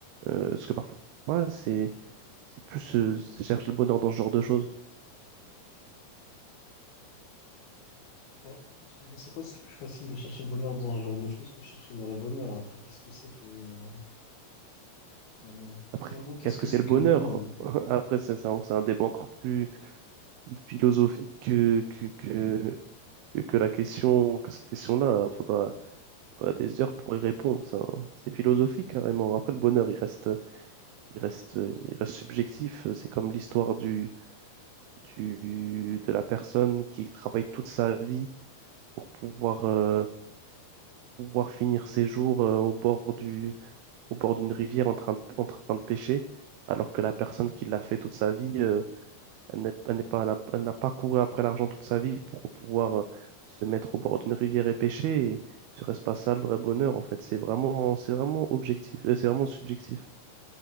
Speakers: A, on the right; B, on the left.
A: euh, ce que parfois, voilà, c'est, c'est plus, euh, je cherche le bonheur dans ce genre de choses.
B: Bon, je sais pas si c'est plus facile de chercher le bonheur dans ce genre de choses que chercher le vrai bonheur. Après, qu'est-ce que c'est que euh, finalement? Finalement,
A: Après,
B: qu'est-ce
A: qu'est-ce
B: que
A: que
B: c'est
A: c'est le
B: que
A: bonheur?
B: le bonheur du coup?
A: <laughs> Après, c'est c'est un c'est un débat encore plus philosophique que, que, que, que, que la question, que cette question-là. Il faudra, faudra des heures pour y répondre. C'est un- c'est philosophique carrément. Après, le bonheur, il reste, il reste, il reste subjectif. C'est comme l'histoire du, du, de la personne qui travaille toute sa vie pour pouvoir, euh, pouvoir finir ses jours, euh, au bord du, au bord d'une rivière en train de, en train de pêcher, alors que la personne qui l'a fait toute sa vie, euh, Elle n'est elle n'est pas, elle a- elle n'a pas couru après l'argent toute sa vie pour pouvoir euh, se mettre au bord d'une rivière et pêcher. Et ce reste pas ça le vrai bonheur, en fait. C'est vraiment, c'est vraiment objectif, euh, c'est vraiment subjectif.